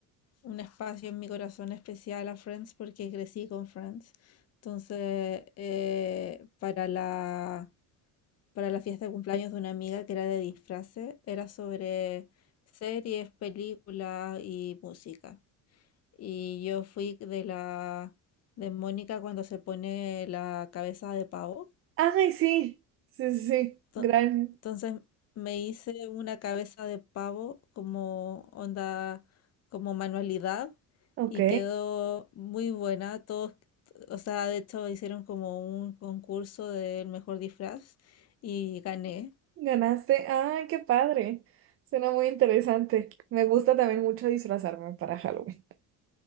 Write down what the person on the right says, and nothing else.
Ay, sí, sí, sí, sí,
gran,
ok,
ganaste, ay, qué padre, suena muy interesante, me gusta también mucho disfrazarme para Halloween,